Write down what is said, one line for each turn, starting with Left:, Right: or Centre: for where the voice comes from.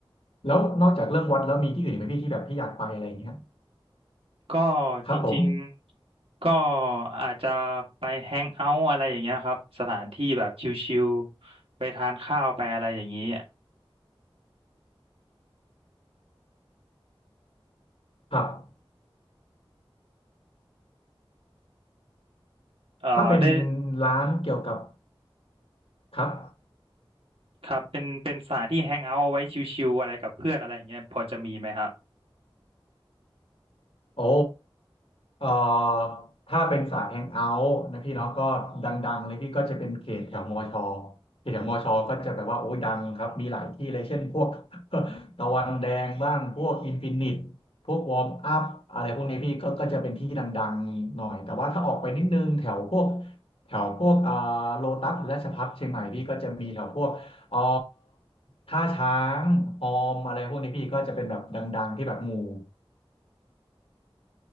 Left: แล้วนอกจากเรื่องวัดแล้วมีที่อื่นอีกไหมพี่ที่แบบพี่อยากไปอะไรอย่างเงี้ย
Right: ก็
Left: ครับผม
Right: จริงๆก็อาจจะไปแฮงเอาท์อะไรอย่างเงี้ยครับสถานที่แบบชิลๆไปทานข้าวไปอะไรอย่างนี้
Left: ครับ
Right: เอ่อได้
Left: ถ้าเป็นร้านเกี่ยวกับครับ
Right: ครับเป็นเป็นสถานที่แฮงเอาท์เอาไว้ชิลๆอะไรกับเพื่อนอะไรอย่างเงี้ยพอจะมีไหมฮะ
Left: โอ้เอ่อถ้าเป็นสายแฮงเอาท์นะพี่เนาะก็ดังๆเลยพี่ก็จะเป็นเขตแถวมอชอเขตแถวมอชอก็จะแบบว่าโอ้ยดังครับมีหลายที่เลยเช่นพวก <laughs> ตะวันแดงบ้างพวกอินฟินิตพวกวอร์มอัพอะไรพวกนี้พี่ก็ก็จะเป็นที่ดังๆหน่อยแต่ว่าถ้าออกไปนิดนึงแถวพวกแถวพวกอ่าโลตัสหรือราชภัฏเชียงใหม่พี่ก็จะมีแถวพวกเอ่อท่าช้างฮอมอะไรพวกนี้พี่ก็จะเป็นแบบดังๆที่แบบหมู่